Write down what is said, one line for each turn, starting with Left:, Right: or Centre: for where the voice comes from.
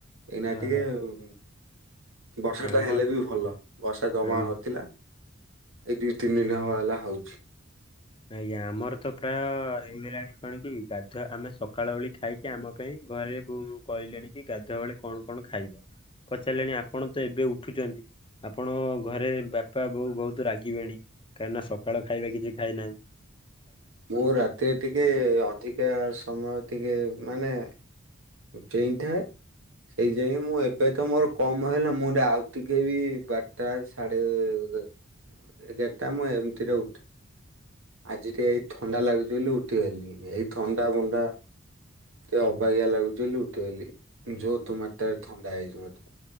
Right: ଏଇନା
Left: ଓହୋ
Right: ଟିକେ ଉଁ ବର୍ଷାଟା
Left: ଆମ
Right: ହେଲେ ବି ଭଲ, ବର୍ଷା ଜମା
Left: ଆମ
Right: ନଥିଲା। ଏଇ ଦିଇ ତିନି ଦିନି ହବ ହେଲା ହଉଛି।
Left: ଆଜ୍ଞା ଆମର ତ ପ୍ରାୟ ହେଇଗଲାଣି କଣ କି ଗାଧୁଆ, ଆମେ ସକାଳ ଓଳି ଖାଇକି ଆମ ପାଇଁ, ଘରେ ବୋଉ କହିଲେଣି କି ଗାଧୁଆ ବେଳେ କଣ କଣ ଖାଇବ? ପଚାରିଲେଣି ଆପଣ ତ ଏବେ ଉଠୁଛନ୍ତି। ଆପଣଙ୍କ ଘରେ ବାପା ବୋଉ ବହୁତ ରାଗିବେଣି କାହିଁକି ନା ସକାଳ ଖାଇବା କିଛି ଖାଇ ନାହାଁନ୍ତି।
Right: ମୁଁ ରାତିରେ ଟିକେ ଅଧିକା ସମୟ ଟିକେ ମାନେ ଚେଇଁଥାଏ ଏଇ ଯାଇଁ ମୁଁ ଏବେ ତ ମୋର କମ ହେଲା ମୁଁ ଆଉ ଟିକେ ବି ବାରଟା ସା ସାଢେ଼ ଏ ଏଗ-ଏଗାରଟା ମୁଁ ଏମିତିରେ ଉଠେ ଆଜି ଟିକେ ଏଇ ଥଣ୍ଡା ଲାଗୁଛି ବୋଲି ଉଠିଗଲି ଏଇ ଥଣ୍ଡା ବଣ୍ଡା ଟିକେ ଅବାଗିଆ ଲାଗୁଛି ବୋଲି ଉଠିଗଲି ଯୋଥ ମାତ୍ରାରେ ଥଣ୍ଡା ହେଇଛି ମତେ